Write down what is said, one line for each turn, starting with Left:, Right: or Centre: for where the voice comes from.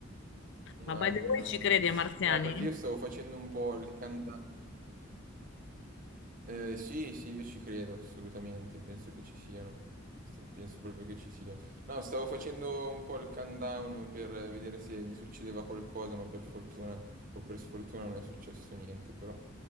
Right: male,
Left: Ma by the
Right: meno
Left: way, ci
Right: male.
Left: credi ai marziani?
Right: No, perché io stavo facendo un po' il canda- Eh, sì, sì, io ci credo, assolutamente, penso che ci siano, Se- penso proprio che ci siano. No, stavo facendo un po' il countdown per vedere se succedeva qualcosa, ma per fortuna o per sfortuna non è successo niente, però